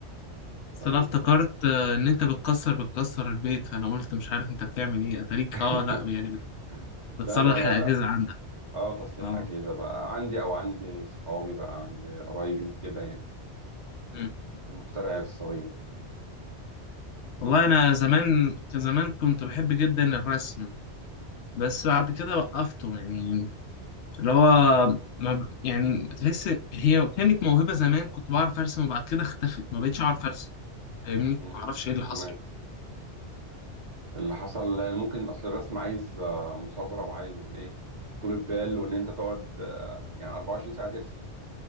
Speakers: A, on the right; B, on the left.
A: تمام
B: أصل أنا افتكرت آه، إن أنت بتكسر بتكسر البيت فأنا قلت مش عارف أنت بتعمل إيه أتاريك
A: <laughs>
B: آه لأ يعني بتصلح
A: لا لا لا
B: الأجهزة
A: لا
B: عندك
A: اه تصليح
B: اه
A: أجهزة بقى عندي أو عندي صحابي بقى عندي قرايبي كده يعني
B: مم.
A: المخترع الصغير
B: والله
A: تمام
B: أنا زمان كان زمان كنت بحب جدا الرسم بس بعد كده وقفته يعني اللي هو ما ب... يعني تحس هي كانت موهبة زمان كنت بعرف أرسم وبعد كده اختفت ما بقتش أعرف أرسم فاهمني
A: مم.
B: ما أعرفش إيه اللي حصل
A: تمام اللي حصل لأن ممكن اصل الرسم عايز آه، مثابره وعايز ايه طولة بال وان انت تقعد آه، يعني 24 ساعه ترسم